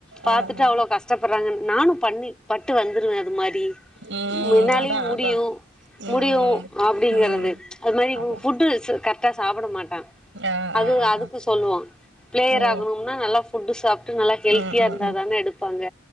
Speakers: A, in the centre; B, on the right (about 60°).
A: பார்த்துட்டு
B: ஆ ஆ ஆ
A: அவ்ளோ கஷ்டப்படுறாங்கன்னு நானு பண்ணி பட்டு வந்துடுவேன் அது மாரி
B: ம்
A: என்னாலயும்
B: அதா
A: முடியும்
B: அதா ம்
A: முடியும் அப்டிங்கிறது
B: ம் ம்
A: அது மாரி
B: அதா
A: ஃபுட்டு கரெக்டா சாப்பிட மாட்
B: ஆ
A: அது
B: ஆ ஆ
A: அதுக்கு
B: ஆ
A: சொல்லுவோ பிளேயர்
B: ம்
A: ஆகனும்னா நல்லா ஃபுட் சாப்ட்டு நல்லா ஹெல்த்தியா
B: ம் ம்
A: இருந்தாதாங்கே
B: ம்
A: எடுப்பாங்க